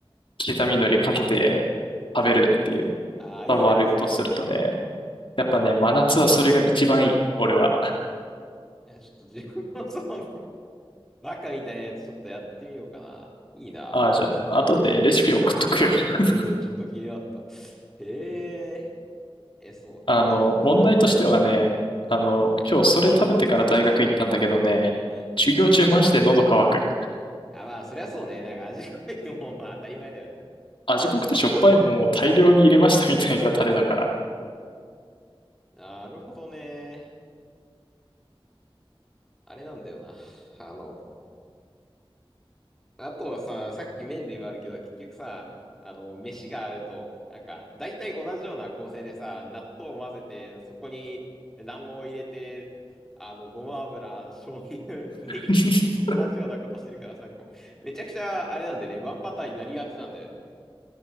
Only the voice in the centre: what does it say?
ああ、いいな、
それ。
いや、ちょっと自分の <laughs> その、バカみたいなやつちょっとやってみようかな。いいな。
うん、ちょっと気になった。へえ。え、そう。あと、
うん、
うん。
あ、まあ、そりゃそうね。なんか味濃いのも、まあ、当たり前だよね。
なるほどね。あれなんだよな。あの、あとはさ、さっき麺類もあるけど、結局さ、あの、飯があると、なんか、大体同じような構成でさ、納豆を混ぜて、そこに卵黄を入れて、あの、ごま油、醤油、<laughs> ネギみたいな、
同じようなことしてるからさ、こう、めちゃくちゃ、あれなんでね、ワンパターンになりがちなんだよね。